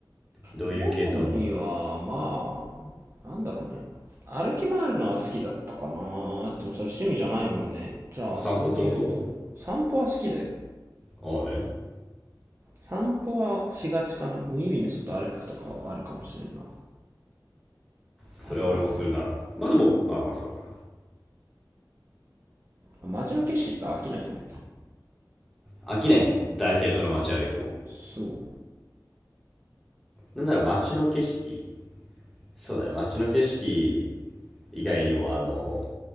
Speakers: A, in the centre; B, on the right.
A: う、どういう系統の
B: 主にはまあなんだろうね歩き回るのは好きだったかなでもそれ趣味じゃないもんねじゃあそれで言うと散歩は好きだよ
A: 散歩ってことああね。
B: 散歩はしがちかな無意味に外歩くとかはあるかもしれんな
A: それは俺もするな。
B: あとなんだろ
A: まあでも、ああまあそうか。
B: う街の景色って飽きないよね
A: 飽きないね。大体どの街歩いても。
B: そう
A: なんだろう、街の景色。そうだね、街の景色以外にも、あの、